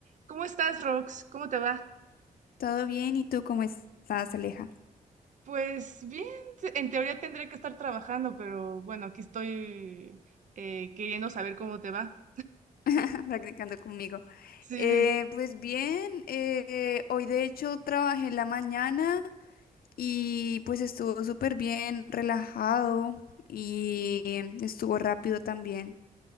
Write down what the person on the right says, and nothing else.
¿Cómo estás, Rox? ¿Cómo te va?
Pues bien, en teoría tendría que estar trabajando, pero bueno, aquí estoy eh, queriendo saber cómo te va.
Sí,
sí.